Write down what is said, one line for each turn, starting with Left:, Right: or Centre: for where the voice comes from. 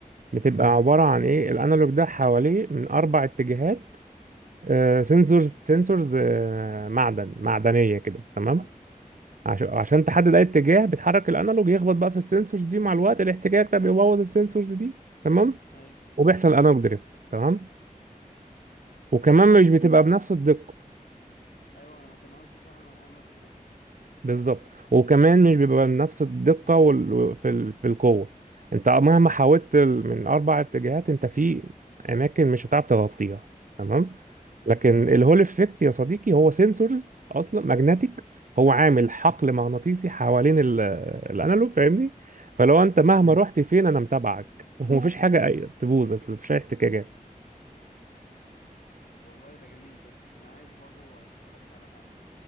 Right: بتبقى
Left: امم
Right: عباره عن ايه الانالوج ده حواليه من اربع اتجاهات سنسورز سنسورز معدن معدنيه كده تمام
Left: ايوه
Right: عشان عشان تحدد اي اتجاه بتحرك الانالوج يخبط بقى في السنسورز دي مع الوقت الاحتكاك ده بيبوظ السنسورز دي تمام
Left: ايوه
Right: وبيحصل انالوج دريفت تمام وكمان مش بتبقى بنفس الدقة
Left: ايوه انا كان قصدي فعلا الانالوج دريفت
Right: بالظبط وكمان مش بيبقى بنفس الدقة وال... في ال... في القوة انت مهما حاولت ال- من اربع اتجاهات انت في اماكن مش هتعرف تغطيها تمام لكن الهول افكت يا صديقي هو سنسورز اصلا ماجنتيك هو عامل حقل مغناطيسي حوالين ال... الانالوج فاهمني فلو انت مهما
Left: مم.
Right: رحت فين انا متابعك <laughs> ومفيش حاجة أي- تبوظ أصل مفيش اي احتكاكات
Left: طب والله ده جميل ده انا عايز برضو اسالك على حاجه